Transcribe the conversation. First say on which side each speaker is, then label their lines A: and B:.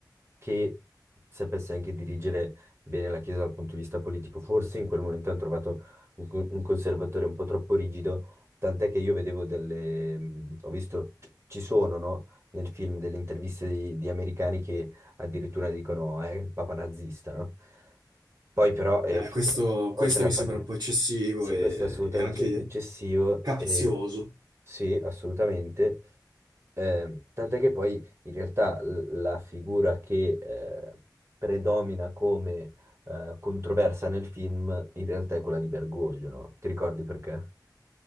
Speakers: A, on the right (about 35°); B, on the right (about 70°).
A: che sapesse anche dirigere bene la Chiesa dal punto di vista politico. Forse in quel momento hanno trovato un, co- un conservatore un po' troppo rigido, tant'è che io vedevo delle... mh, ho visto, c- ci sono, no? Nel film delle interviste di, di americani che addirittura dicono è il papa nazista, no? Poi però, eh,
B: Eh,
A: effettivamente,
B: questo,
A: oltre
B: questo
A: al
B: mi sembra
A: fatto che
B: un po' eccessivo
A: sì,
B: e,
A: questo è assolutamente
B: e anche
A: eccessivo,
B: capzioso.
A: eh, sì, assolutamente, eh, tant'è che poi in realtà l- la figura che eh, predomina come eh, controversa nel film in realtà è quella di Bergoglio, no? Ti ricordi perché?